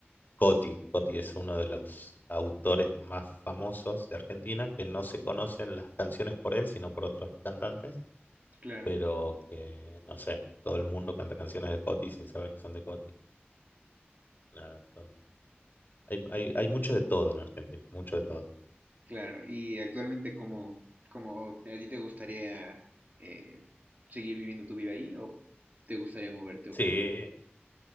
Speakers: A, on the left (about 50°); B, on the right (about 45°).
A: Coti, Coti es uno de los autores más famosos de Argentina, que no se
B: Ujú.
A: conocen las canciones por él, sino por otros cantantes,
B: Claro,
A: pero que, no sé, todo el mundo canta canciones de Coti sin saber que son de Coti. Nada, son- hay, hay, hay mucho de todo en Argentina, mucho de todo.
B: claro. Y actualmente, ¿cómo, cómo a ti te gustaría eh, seguir viviendo tu vida ahí o te gustaría moverte o
A: Sí,
B: cambiar?